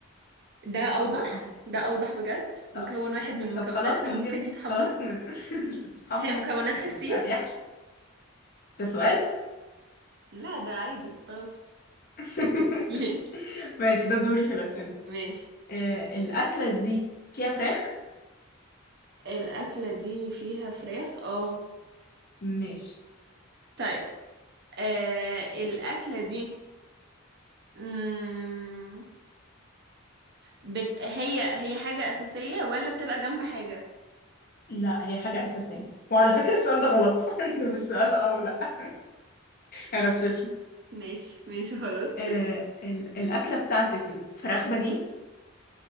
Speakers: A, on the right (about 55°); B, on the left (about 45°).
A: ده
B: بيتحمر
A: أوضح
B: اه
A: ده أوضح بجد
B: لا
A: مكون واحد من مكوناتها
B: طب خلاص من
A: ممكن
B: غير
A: يتحمر
B: خلاص من... <laughs> مش بتتحمر
A: هي مكوناتها
B: الارياح
A: كتير
B: فين؟ ده سؤال
A: لا ده عادي خلاص
B: <laughs>
A: <laughs> ماشي
B: ماشي ده دوري في الاسئله
A: ماشي
B: آه الاكله دي فيها فراخ
A: الأكلة دي فيها فراخ اه
B: ماشي
A: طيب آه الأكلة دي مم... بت... هي هي حاجة أساسية ولا بتبقى جنب حاجة
B: لا هي حاجه اساسيه وعلى فكره السؤال ده غلط <laughs> ده مش سؤال اه ولا هغششك
A: ماشي ماشي خلاص
B: آه ال- الاكله بتاعتك فراخ بانيه